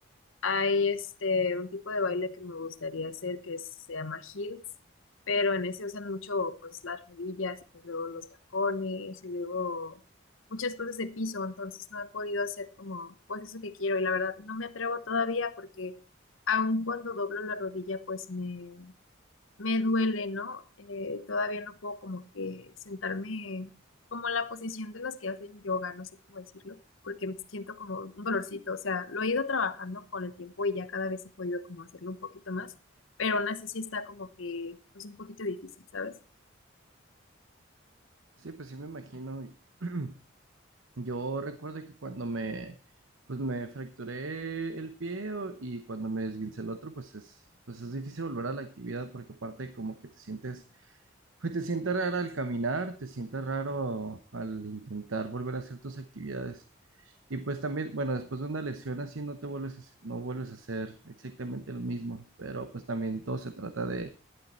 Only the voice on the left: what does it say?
hay este un tipo de baile que me gustaría hacer que se llama heels, pero en ese usan mucho pues las rodillas y pues luego los tacones y luego muchas cosas de piso, entonces no he podido hacer como pues eso que quiero y la verdad no me atrevo todavía porque aun cuando doblo la rodilla pues me me duele, ¿no? Eh, todavía no puedo como que sentarme como en la posición de las que hacen yoga, no sé cómo decirlo, porque siento como un dolorcito, o sea, lo he ido trabajando con el tiempo y ya cada vez he podido como hacerlo un poquito más, pero aún así sí está como que pues un poquito difícil, ¿sabes?